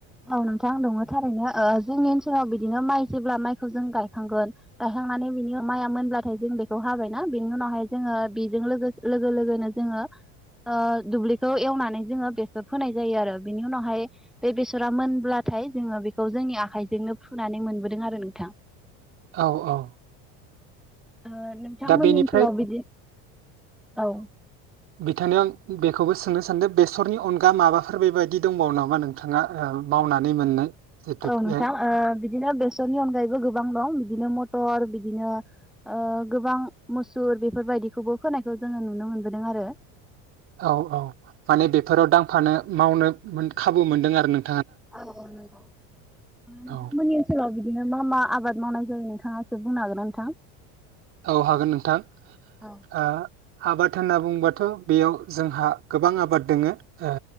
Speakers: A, in the centre; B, on the right.
A: औ नोंथां दङो थारैनो ओ जोंनि ओनसोलाव बिदिनो माइ जेब्ला माइखौ जों गायखांगोन गायखांनानै बिनि माइआ मोनब्लाथाय जों बेखौ हाबायना बेनि उनावहाय जोङो बेजों लोगोस लोगो लोगोनो जोङो ओ दुब्लिखौ एवनानै जोङो बेसर फोनाय जायो आरो। बेनि उनावहाय बे बेस सरा मोनब्लाथाय जोङो बेखौ जोंनि आखाइजोंनो फुनानै मोनबोदों आरो नोंथां।
B: औ औ
A: ओ नोंथांमोननि
B: दा बेनिफ्राय
A: ओनसोलाव बिदि औ
B: बिथांनियाव आं बेखौबो सोंनो सानदो, बेसरनि अनगा माबाफोर बे बायदि दंबावो नामा नोंथाङा ओ मावनानै मोननाय? जिथु
A: औ नोंथां
B: बे
A: ओ बिदिनो बेसरनि अनगायैबो गोबां दं। दिनो मथर बिदिनो ओ गोबां मुसुर बेफोरबायदिखौबो होनोनायखौ जोङो नुनो मोनबोदों आरो।
B: औ औ माने बेफोराव दांफानो मावनो मोन खाबु मोनदों आरो नों
A: ओ नोंथां
B: औ
A: ओनसोलाव बिदिनो मा मा आबाद मावनाय जायो नोंथाङा एसे बुंनो हागोन नोंथां?
B: औ हागोन नोंथां
A: औ
B: ओ आबाद होनना बुंबाथ' बेयाव जोंहा गोबां आबाद दोङो। ओ